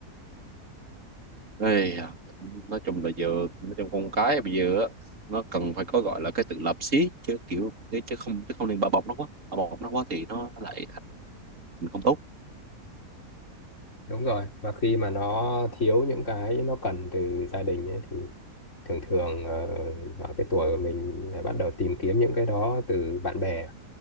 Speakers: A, on the right; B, on the left.
A: Ây da, nói chung là giờ nói chung con cái bây giờ á nó cần phải có gọi là cái tự lập xí chứ kiểu chứ chứ không chứ không nên bao bọc nó quá bao bọc nó quá thì nó lại thành thành không tốt
B: đúng rồi và khi mà nó thiếu những cái nó cần từ gia đình ấy, thì thường thường ờ, ở cái tuổi của mình lại bắt đầu tìm kiếm những cái đó từ bạn bè